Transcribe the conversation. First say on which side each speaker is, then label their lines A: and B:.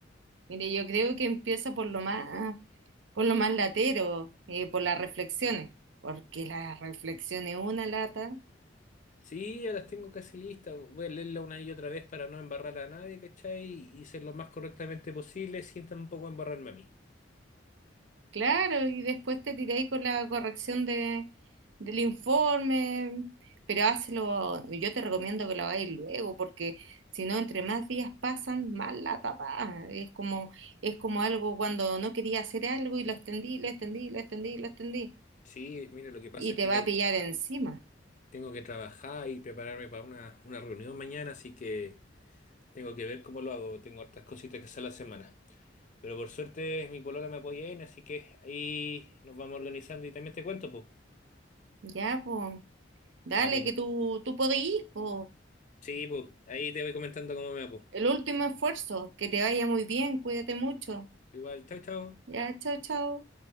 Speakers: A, on the right; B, on the left.
A: mire, yo creo que empieza por lo más, por lo más latero, eh, por las reflexiones. Porque las reflexiones una lata.
B: Sí, ya las tengo casi listas. Voy a leerla una y otra vez para no embarrar a nadie, ¿cachai? Y ser lo más correctamente posible sin tampoco embarrarme a mí.
A: Claro, y después te tiré ahí con la corrección de, del informe, pero hazlo, yo te recomiendo que lo hagáis luego, porque si no, entre más días pasan, más la tapa Es como, es como algo cuando no quería hacer algo y lo extendí, lo extendí, lo extendí, lo extendí,
B: Sí, mire, lo que pasa
A: y
B: es
A: te
B: que
A: va
B: ten-
A: a pillar encima.
B: tengo que trabajar y prepararme para una, una reunión mañana, así que tengo que ver cómo lo hago. Tengo hartas cositas que hacer la semana. Pero por suerte mi polola me apoya en, así que ahí nos vamos organizando y también te cuento, pues.
A: Ya, pues, dale,
B: Ya, pues.
A: que tú, tú podís, pues,
B: Sí, pues. Ahí te voy comentando cómo me va, po.
A: el último esfuerzo, que te vaya muy bien, cuídate mucho.
B: Igual, chao, chao.
A: Ya, chao, chao.